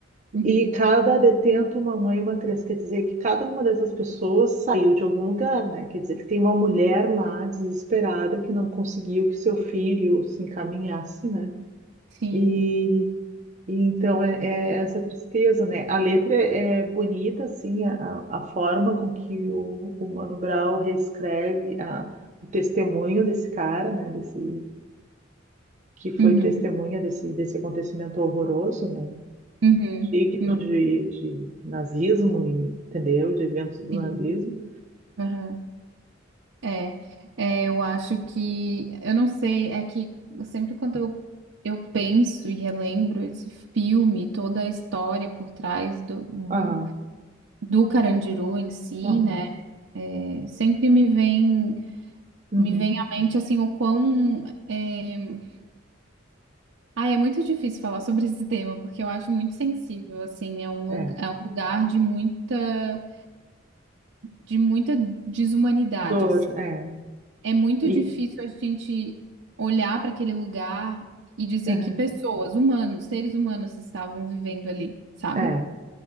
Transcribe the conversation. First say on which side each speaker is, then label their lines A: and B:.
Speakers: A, on the right (about 80°); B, on the right (about 40°).
A: uhum,
B: E cada detento, uma mãe e uma criança, quer dizer que cada uma dessas pessoas saiu de algum lugar, né? Quer dizer que tem uma mulher lá desesperada que não conseguiu que seu filho se encaminhasse, né?
A: sim.
B: E, e então é, é essa tristeza, né? A letra é, é bonita, assim, a, a forma com que o, o Mano Brown reescreve a, o testemunho desse cara, né? Desse, que foi
A: uhum.
B: testemunha desse, desse acontecimento horroroso, né?
A: Uhum,
B: digno
A: uhum,
B: de, de nazismo, e- entendeu? De eventos do
A: sim,
B: nazismo.
A: aham. É, é, eu acho que, eu não sei, é que eu sempre quando eu, eu penso e relembro esse filme, toda a história por trás do, do,
B: Aham,
A: do Carandiru em si,
B: aham,
A: né, sempre me vem,
B: uhum,
A: me vem à mente, assim, o quão, é... Ah, é muito difícil falar sobre esse tema, porque eu acho muito sensível, assim, é um, lu-
B: é, é.
A: é um lugar de muita, de muita desumanidade,
B: Dor,
A: assim,
B: é.
A: É muito
B: E,
A: difícil a gente olhar para aquele lugar e dizer
B: aham,
A: que pessoas, humanos, seres humanos estavam vivendo ali, sabe?
B: é,